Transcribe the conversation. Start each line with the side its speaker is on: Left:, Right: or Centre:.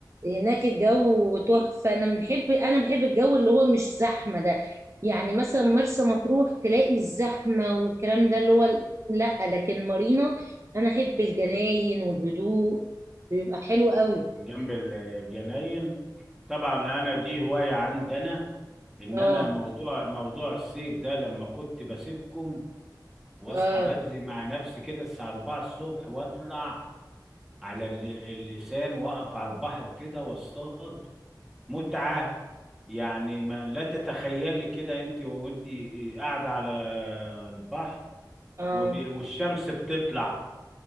Right: هناك الجو تحفة أنا بنحب أنا بحب الجو اللي هو مش زحمة ده يعني مثلا مرسى مطروح تلاقي الزحمة والكلام ده اللي هو ال- لا لكن مارينا أنا أحب الجناين والهدوء بيبقى حلو قوي
Centre: جنب الجناين طبعا انا دي هواية عندنا ان
Right: اه
Centre: انا موضوع موضوع الصيد ده لما كنت بسيبكم واصحى
Right: اه
Centre: بدري مع نفسي كده الساعه 4 الصبح واطلع على الل- اللسان واقف على البحر كده واصطاد متعه يعني ما لا تتخيلي كده انت وانت قاعده على البحر
Right: اه
Centre: وب- والشمس بتطلع